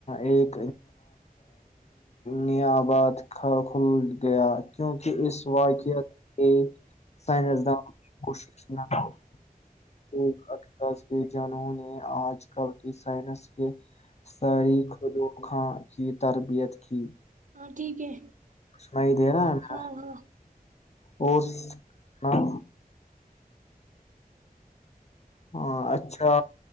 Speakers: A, on the left; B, on the right.
A: ایک نیاباد کھل گیا <unintelligible> کیونکہ اس واقعت پ سائنس دان کوشش نہ کر <unintelligible> ل اس کے جانوں نے آج ک سائنس <unintelligible> <unintelligible> ساری خودوخاں کی تربیت کی
B: ہاں ٹھیک ہے
A: سنائی دے رہا ہے ہمیں؟
B: ہاں ہاں <unintelligible>
A: اور ہ <unintelligible> ہاں اچھا